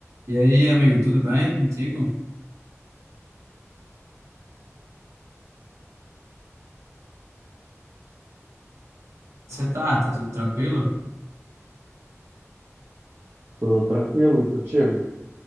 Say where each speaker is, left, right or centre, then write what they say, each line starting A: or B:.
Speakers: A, on the right; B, on the right.
A: E aí, amigo, tudo bem contigo? Você tá? Tá tudo tranquilo?
B: Tudo tranquilo e contigo?